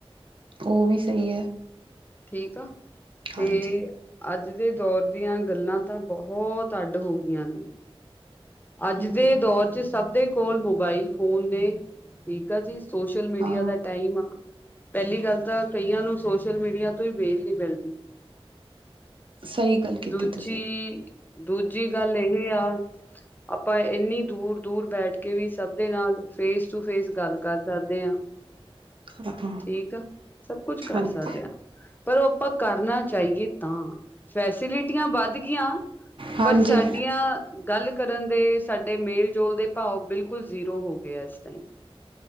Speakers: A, on the right; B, on the left.
A: ਓ ਵੀ ਸਹੀ ਐ।
B: ਠੀਕ ਆ, ਤੇ
A: ਹਾਂਜੀ
B: ਅੱਜ ਦੇ ਦੌਰ ਦੀਆਂ ਗੱਲਾਂ ਤਾਂ ਬੋਹਤ ਅੱਡ ਹੋ ਗਈਆਂ ਨੇ। ਅੱਜ
A: ਹਮ
B: ਦੇ ਦੌਰ 'ਚ ਸਭ ਦੇ ਕੋਲ ਮੋਬਾਈਲ ਫੋਨ ਨੇ, ਠੀਕ ਆ ਜੀ। ਸੋਸ਼ਲ ਮੀਡੀਆ
A: ਹਾਂ
B: ਦਾ ਟਾਈਮ ਆ ਪਹਿਲੀ ਗੱਲ ਤਾਂ ਕਈਆਂ ਨੂੰ ਸੋਸ਼ਲ ਮੀਡੀਆ ਤੋਂ ਈ ਵੇਲ ਨੀ ਮਿਲਦੀ।
A: ਸਹੀ ਗੱਲ ਕੀਤੀ
B: ਦੂਜੀ,
A: ਤੁਸੀਂ
B: ਦੂਜੀ ਗੱਲ ਇਹ ਆ ਆਪਾਂ ਇੰਨੀ ਦੂਰ, ਦੂਰ ਬੈਠ ਕੇ ਵੀ ਸਭ ਦੇ ਨਾਲ ਫੇਸ ਟੂ ਫੇਸ ਗੱਲ ਕਰ ਸਕਦੇ ਹਾਂ।
A: ਹਾਂ ਹਾਂ,
B: ਠੀਕ ਆ ਸਭ ਕੁਛ ਕਰ
A: ਹਾਂਜੀ
B: ਸਕਦੇ ਹਾਂ। ਪਰ ਉਹ ਆਪਾਂ ਕਰਨਾ ਚਾਹੀਏ, ਤਾਂ ਫੈਸਿਲਿਟੀਆਂ ਵੱਧ ਗਈਆਂ।
A: ਹਾਂਜੀ
B: ਪਰ ਸਾਡੀਆਂ ਗੱਲ ਕਰਨ ਦੇ ਸਾਡੇ ਮੇਲ ਜੋਲ ਦੇ ਭਾਵ ਬਿਲਕੁਲ ਜ਼ੀਰੋ ਹੋ ਗਏ ਇਸ ਟਾਈਮ